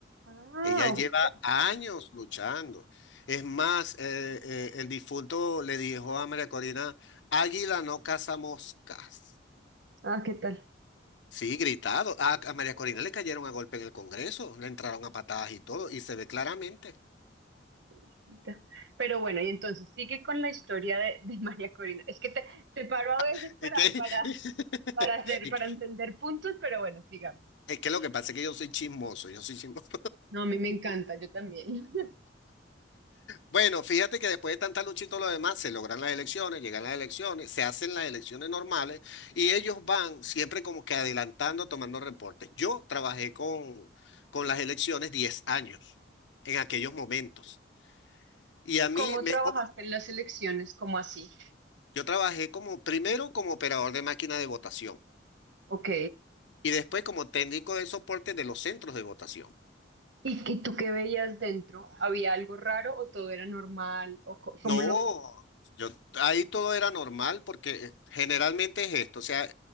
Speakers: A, on the right; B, on the left.
A: Ah,
B: ella lleva
A: ok.
B: años luchando. Es más, eh, eh, el difunto le dijo a María Corina, Águila no caza moscas.
A: Ah, ¿qué tal?
B: Sí, gritado. A, a María Corina le cayeron a golpe en el Congreso, le entraron a patadas y todo, y se ve claramente.
A: Chiquita. Pero bueno, y entonces sigue con la historia de, de María Corina. Es que te, te paro a veces
B: <laughs>
A: para,
B: ¿Y qué
A: para,
B: <laughs>
A: para hacer,
B: y
A: para
B: que-
A: entender puntos, pero bueno, sigamos.
B: Es que lo que pasa es que yo soy chismoso, yo soy chismoso.
A: No, a mí me encanta, yo también.
B: Bueno, fíjate que después de tanta lucha y todo lo demás, se logran las elecciones, llegan las elecciones, se hacen las elecciones normales y ellos van siempre como que adelantando, tomando reportes. Yo trabajé con, con las elecciones 10 años en aquellos momentos.
A: <laughs>
B: Y a mí,
A: ¿Cómo
B: me,
A: trabajaste
B: opa,
A: en las elecciones? ¿Cómo así?
B: yo trabajé como primero como operador de máquina de votación
A: Ok.
B: y después como técnico de soporte de los centros de votación.
A: ¿Y, y tú qué veías dentro? ¿Había algo raro o todo era normal? ¿O co- cómo
B: No,
A: lo...?
B: yo ahí todo era normal porque eh, generalmente es esto, o sea,